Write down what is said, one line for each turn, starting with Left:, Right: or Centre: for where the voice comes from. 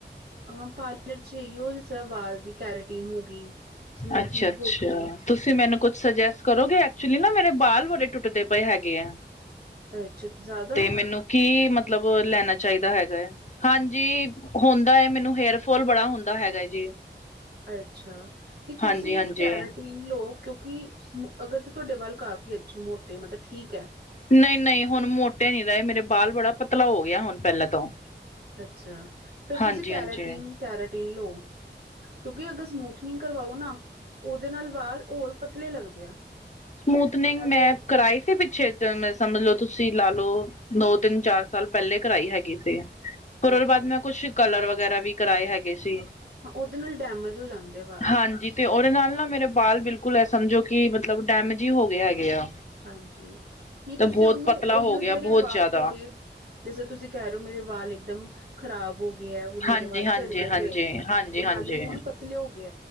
Right: ਹਾਂ ਪਾਰਲਰ 'ਚ ਇਓ ਜਿਸ ਤਰ੍ਹਾਂ ਵਾਲ ਦੀ ਕੈਰੇਟੀਨ ਹੋ ਗਈ ਸਮੂਥਨਿੰਗ
Left: ਅੱਛਾ ਅੱਛਾ
Right: ਹੋ ਗਈ।
Left: ਤੁਸੀਂ ਮੈਨੂੰ ਕੁਛ ਸੁਜੈਸਟ ਕਰੋਗੇ ਐਕਚੁਲੀ ਨਾ ਮੇਰੇ ਬਾਲ ਬੜੇ ਟੁੱਟਦੇ ਪਏ ਹੈਗੇ ਆ।
Right: ਅੱਛਾ ਜ਼ਿਆਦਾ
Left: ਤੇ ਮੈਨੂੰ ਕੀ ਮਤਲਬ ਲੈਣਾ ਚਾਹੀਦਾ ਹੈਗਾ ਹੈ। ਹਾਂਜੀ ਹੁੰਦਾ ਹੈ ਮੈਨੂੰ ਹੇਅਰ ਫੋਲ ਬੜਾ ਹੁੰਦਾ ਹੈਗਾ ਜੀ।
Right: ਅੱਛਾ ਕੀ ਤੁਸੀਂ
Left: ਹਾਂਜੀ ਹਾਂਜੀ
Right: ਕੈਰਟੀ ਨੀ ਲੋ ਕਿਉਂਕਿ ਅਗਰ ਤੇ ਤੁਹਾਡੇ ਵੱਲ ਕਾਫ਼ੀ ਅੱਛੇ ਮੋਟੇ ਮਤਲਬ ਠੀਕ ਹੈ।
Left: ਨਹੀਂ- ਨਹੀਂ ਹੁਣ ਮੋਟੇ ਨਹੀਂ ਰਹੇ ਮੇਰੇ ਬਾਲ ਬੜਾ ਪਤਲਾ ਹੋ ਗਿਆ ਹੁਣ ਪਹਿਲਾਂ ਤੋਂ
Right: ਅੱਛਾ ਫੇਿਰ ਤੁਸੀਂ
Left: ਹਾਂਜੀ
Right: ਕੈਰਾਟੀਨ-
Left: ਹਾਂਜੀ
Right: ਕੈਰਾਟੀਨ ਲਓ। ਕਿਉਂਕਿ ਅਗਰ ਸਮੂਥਨਿੰਗ ਕਰਵਾਓ ਨਾ ਉਹਦੇ ਨਾਲ ਵਾਲ ਹੋਰ ਪਤਲੇ ਲੱਗਦੇ ਆ।
Left: ਸਮੂਥਨਿੰਗ
Right: ਨਾਲੇ
Left: ਮੈਂ ਕਰਾਈ ਸੀ ਪਿੱਛੇ ਸਮਝ ਲੋ ਤੁਸੀਂ ਲਾ ਲਓ। ਦੋ ਤਿੰਨ ਚਾਰ ਸਾਲ ਪਹਿਲੇ ਕਰਾਈ ਹੈਗੀ ਸੀ। ਫਿਰ ਉਹਦੇ
Right: ਅੱਛਾ
Left: ਬਾਅਦ ਮੈਂ ਕੁਛ ਕਲਰ ਵਗੈਰਾ ਵੀ ਕਰਾਏ ਹੈਗੇ ਸੀ।
Right: ਹਾਂ ਉਹਦੇ ਨਾਲ ਡੈਮੇਜ ਹੋ ਜਾਂਦੇ ਆ ਵਾਲ
Left: ਹਾਂਜੀ ਤੇ ਉਹਦੇ ਨਾਲ ਨਾ ਮੇਰੇ ਬਾਲ ਬਿਲਕੁਲ ਹੈ ਸਮਝੋ ਕਿ ਮਤਲਬ ਡੈਮੇਜ ਹੀ ਹੋ ਗਏ ਹੈਗੇ ਆ।
Right: ਹਾਂਜੀ ਨਹੀਂ
Left: ਤੇ
Right: ਤੁਸੀਂ
Left: ਬਹੁਤ
Right: ਉਹਨੂੰ
Left: ਪਤਲਾ
Right: ਉਹੀਓ
Left: ਹੋ ਗਿਆ
Right: ਜਿਹੜੇ
Left: ਬਹੁਤ
Right: ਵਾਲ
Left: ਜ਼ਿਆਦਾ
Right: ਤੁਹਾਡੇ ਜਿਸ ਤਰ੍ਹਾਂ ਤੁਸੀਂ ਕਹਿ ਰਹੇ ਹੋ ਮੇਰੇ ਵਾਲ ਇਕਦਮ ਖ਼ਰਾਬ ਹੋ ਗਏ ਹੈ ਹੁਣ ਮੇਰੇ
Left: ਹਾਂਜੀ
Right: ਵਾਲ
Left: ਹਾਂਜੀ
Right: ਝੜਦੇ
Left: ਹਾਂਜੀ
Right: ਪਏ ਹੈ
Left: ਹਾਂਜੀ
Right: ਉਹ
Left: ਹਾਂਜੀ
Right: ਨਾਲੇ ਹੁਣ ਪਤਲੇ